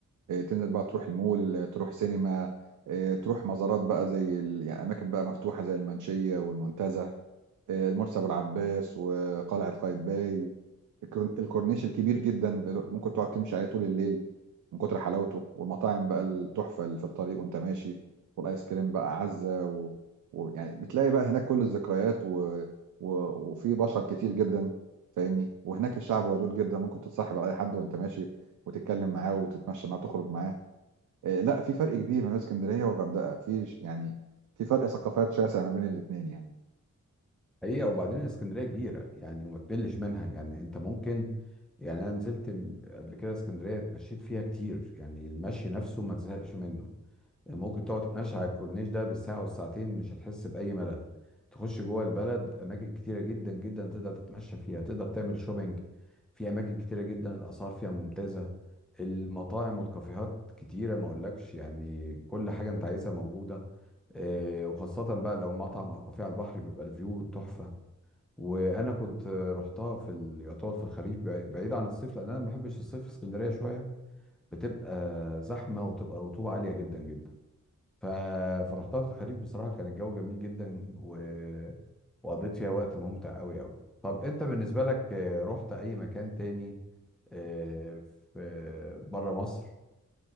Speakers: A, on the right; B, in the centre.
A: آه، تنزل بقى تروح المول آه، تروح سينما آه، تروح مزارات بقى زي ال... يعني أماكن بقى مفتوحة زي المنشية والمنتزه آه، مرسي ابو العباس وقلعه قايتباي الكورن- الكورنيش الكبير جدا اللي ممكن تقعد تمشي عليه طول الليل من كتر حلاوته والمطاعم بقى التحفه اللي في الطريق وانت ماشي والايس كريم بقى عزه و... و... يعني بتلاقي بقى هناك كل الذكريات و... و... وفي بشر كتير جدا فاهمني وهناك الشعب ودود جدا ممكن تتصاحب على اي حد وانت ماشي وتتكلم معاه وتتمشى معاه تخرج معاه آه، لا في فرق كبير ما بين اسكندريه والغردقه في ش- يعني في فرق ثقافات شاسع ما بين الاثنين يعني
B: حقيقة وبعدين اسكندرية كبيرة يعني وما تملش منها يعني انت ممكن يعني انا نزلت م- قبل كده اسكندرية اتمشيت فيها كتير يعني المشي نفسه ما تزهقش منه يعني ممكن تقعد تتمشى على الكورنيش ده بالساعة والساعتين مش هتحس بأي ملل تخش جوه البلد أماكن كتيرة جدا جدا تقدر تتمشى فيها تقدر تعمل شوبينج في أماكن كتيرة جدا الأسعار فيها ممتازة المطاعم والكافيهات كتيرة ما أقولكش يعني كل حاجة أنت عايزها موجودة آه، وخاصة بقى لو مطعم أو كافيه على البحر بيبقى الفيو تحفة وأنا كنت آه، رحتها في ال- يعتبر في الخريف بعي- بعيد عن الصيف لأن أنا ما بحبش الصيف في اسكندرية شوية بتبقى زحمة وتبقى رطوبة عالية جدا جدا ف... فرحتها في الخريف بصراحة كان الجو جميل جدا و... وقضيت فيها وقت ممتع قوي قوي طب انت بالنسبة لك آه، رحت اي مكان تاني آه، في بره مصر